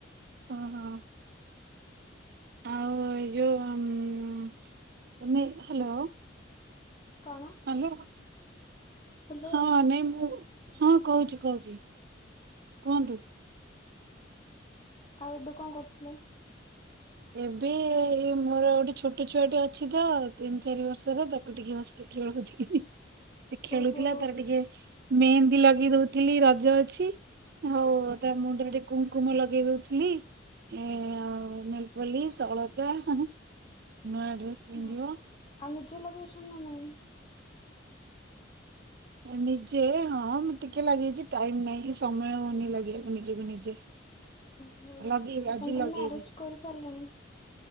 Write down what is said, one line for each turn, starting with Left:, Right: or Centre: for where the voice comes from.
Right: ଓ ହୋ। ଆଉ ଏ ଯୋଉ ତମେ ହ୍ୟାଲୋ
Left: କଣ?
Right: ହ୍ୟାଲୋ।
Left: ହ୍ୟାଲୋ
Right: ହଁ ନାଇଁ ମୁଁ ହଁ କହୁଛି କହୁଛି। କୁହନ୍ତୁ।
Left: ଆଉ ଏବେ କଣ କରୁଥିଲେ।
Right: ଏବେ ମୋର ଗୋଟେ ଛୋଟ ଛୁଆଟି ଅଛି ତ ତିନି ଚାରି ବର୍ଷର। ତାକୁ ଟିକେ ବସେଇକି ଖେଳଉଥିଲି। ସେ ଖେଳୁଥିଲା
Left: ଓହୋ
Right: ତାର ଟିକେ ମେହେନ୍ଦୀ ଲଗେଇ ଦଉଥିଲି ରଜ ଅଛି ଆଉ ତା ମୁଣ୍ଡରେ ଟିକେ କୁକୁମ ଲଗେଇ ଦଉଥିଲି। <inaudible> ନେଲ୍ପୋଲିସ ଅଳତା ନୂଆଡ୍ରେସ ପିନ୍ଧିବ।
Left: ଭଲ। ଆଉ ନିଜେ ଲଗେଇଛନ୍ତି ନା ନାହିଁ।
Right: ନିଜେ ହଁ ଟିକେ ଲାଗେଇଛି। ଟାଇମ ନାଇଁ ସମୟ ହଉନି ଲଗେଇକୁ ନିଜକୁ ନିଜେ
Left: ଓହୋ
Right: ଲଗେଇବି
Left: ଆପଣ
Right: ଆଜି
Left: ତ
Right: ଲଗେଇବି
Left: ମ୍ୟାରେଜ କରି ସାରିଲେଣି।